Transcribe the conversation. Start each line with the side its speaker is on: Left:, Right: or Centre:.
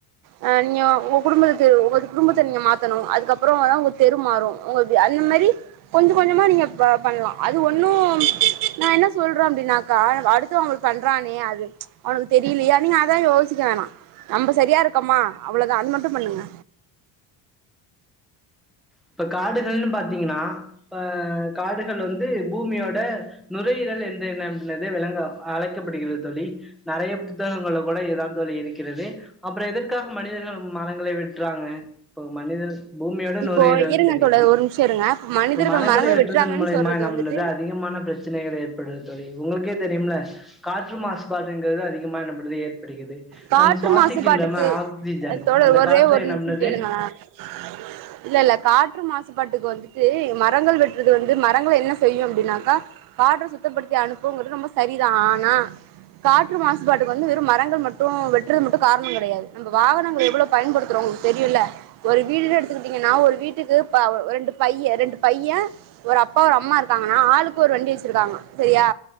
Right: அ நீங்க உங்க குடும்பத்த தெரு உங்க குடும்பத்த நீங்க மாத்தணு அதுக்கப்பறோமாதா உங்க தெரு மாறும் உங்க அந்த மாரி கொஞ்ச கொஞ்சமா நீங பண்லா அது ஒண்ணு நா என்ன சொல்றே அப்டின்னாக்கா அடுத் த்தவங்க பண்றானே அது அவனுக்கு தெரியிலையே நீங்க அதான் யோசிக்க வேணா நம்ப செரியா இரு கமா அவ்ளோதா அது மட்டு பண்ணுங்க
Centre: இப்ப காடுகள்னு பாத்தீங்கன்னா இப்ப காடுகள் வந்து வந்து பூமியோட நுரையீரல் என்று என்பது விளங்க அழைக்கப்படுகிறது தோழி நெறய புத்தகங்கல்ல கூட இதுதா தோழி இருக்கிறது அப்ற எதற்காக மனிதர்கள் மரங்களை வெட்றாங்க இப்ப மனிதர் பூமியோட
Right: இப்போ
Centre: நுரையீ ரல்னு
Right: இருங்க
Centre: தெரியுது
Right: தோழர் ஒரு நிமிஷோ இருங்க இப்போ மனிதர்கள்
Centre: மரங்களை
Right: மரங்கள்
Centre: வெட்றதன்
Right: வெட்டுறாங்கன்னு
Centre: மூலியமா
Right: சொல்றது
Centre: நம்மளுக்கு
Right: வந்துட்டு
Centre: அதிகமான பிரச்ச சனைகள் ஏற்படுது தோழி உங்ளுக்கே தெரியும்ல காற்று மாசுபாடுங்கறது அதிகமா நம் து ஏற்படுகிறது
Right: காற்று
Centre: நம் சுவாசிக்கின்றன
Right: மாசுபாட்டுக்கு
Centre: ஆக்சிஜன்
Right: தோழர்
Centre: அந்த
Right: ஒரே
Centre: காற்ற
Right: ஒரு
Centre: என்ன
Right: நிமிஷோ
Centre: பண்ணுது
Right: <inaudible> இல்ல இல்ல காற்று மாசுபாட்டுக்கு வந்துட்டு மரங்கள் வெட்டுறது வந்து மரங்க என்ன செய்யு அப்டின்னாக்கா காற்று சுத்தப்படுத்தி அனுப்புங்கிறது ரொம்ப சரிதா ஆனா காற்று மாசுபாட்டுக்கு வந்து மரங்கள் மட்டு வெட்டுறது மட்டு காரணம் கெடையாது நம்ம வாகனங்கள் எவ்ளோ பயன்படுத்துறோ உங்களுக்கு தெரியுல ஒரு வீடுன்னு எடுத்துக்கிட்டீங்ன்னா ஒரு வீட்டுக்கு ஒரு ரெண்டு பை ரெண்டு பைய ஒரு அப்பா ஒரு அம்மா இருக்காங்கன்னா ஆளுக்கு ஒரு வண்டி வச்சிருக்காங்க செரியா